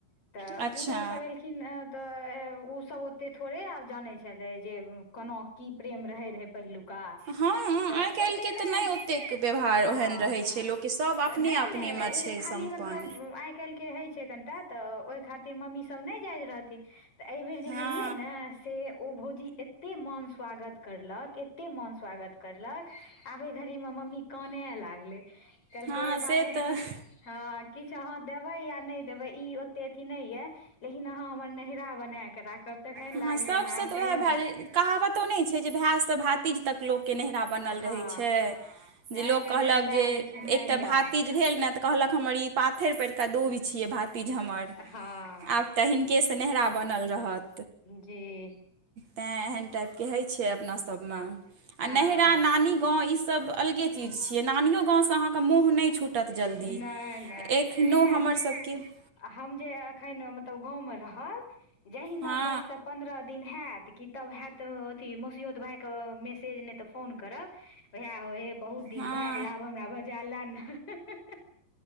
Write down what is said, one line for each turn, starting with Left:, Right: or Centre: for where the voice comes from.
Left: तऽ
Right: अच्छा
Left: पुतोहु सब एलखिन हं तऽ उ सब ओतै थोरे आब जाने छलै जे कोना कि रहै रहै पहिलू का
Right: हँ
Left: तऽ
Right: आइ काल्हिके
Left: ओते ने
Right: तऽ नहि ओतेक व्यवहार
Left: हँ।
Right: ओहन रहै छै लोकके सभ
Left: तऽ
Right: अपने
Left: नै-
Right: अपनेमे
Left: नै ओ
Right: छै
Left: खाली
Right: सम्पन्न
Left: मतलब आइ काल्हिके होइ छै कनिटा, तऽ ओहि खातिर मम्मीसभ नहि जाइत रहथिन। तऽ एहिबेर जे
Right: हँ
Left: गेलियै ने से ओ भोजी एते मन स्वागत करलक ए- - कते मोन स्वागत करलक आबे घड़ी मे मम्मी कनेय लागले- - कहलकै
Right: हँ
Left: बाबू
Right: से तऽ
Left: कि
Right: हँ
Left: छै- - ह किछ अहाँ देबे या नेय देबे ई ओते अथी नहि ये लेकिन अह हमर नहि -- चाह बना कऽ राखब तखन
Right: हँ
Left: लागलै
Right: सभसँ
Left: हँ
Right: तऽ
Left: सही
Right: उएह भए
Left: मे-
Right: जाइ
Left: -
Right: कहावतो नहि छै जे भायसँ भातिज तक लोक- - के नहिरा बनल
Left: हँ
Right: रहै छै
Left: उएह
Right: जे लोग
Left: कहलियै
Right: कहलक
Left: इएह
Right: जे
Left: होइ छै नैहरा
Right: एकटा भाति ई भेल न तऽ कहलक हम ई पाथ्थर पर का दुब छियै भातिज हमर
Left: हँ
Right: अब - तऽ हिनकेसँ नहिरा बनल रहत- -
Left: जी- -
Right: तैँ, एहन टाइपके होइत छै अपनासभमे आ
Left: हँ
Right: नैरा नानी- - त इ सब अलगे चीज छै नानीओ गाम स मुंह ने- - ने छूटत जल्दी
Left: नहि नहि
Right: एखनो
Left: किया
Right: हमर सबके- -
Left: हम जे अखन मतलब गाँवमे रहब जहिना
Right: हँ
Left: दस से पन्द्रह दिन हेत। कि तब हैत अथी मसोत भााय के मैसेज नहि तऽ फोन करब ओहे होए। बहुत दिन
Right: हँ
Left: भए गेल आब हमरा भजा ले ने- -